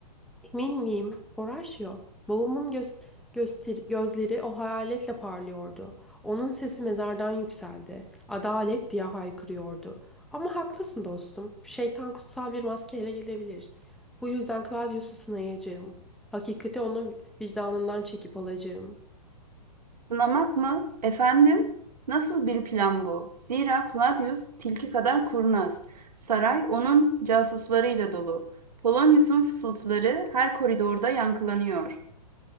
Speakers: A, in the centre; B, on the right.
A: Emin miyim? Horatio. Babamın göz, göster- gözleri o hayaletle parlıyordu. Onun sesi mezardan yükseldi. Adalet diye haykırıyordu. Ama haklısın dostum. Şeytan kutsal bir maskeyle gelebilir. Bu yüzden Claudius'u sınayacağım. Hakikati onu vicdanından çekip alacağım.
B: Sınamak mı? Efendim? Nasıl bir plan bu? Zira Claudius tilki kadar kurnaz. Saray onun casuslarıyla dolu. Polonius'un fısıltıları her koridorda yankılanıyor.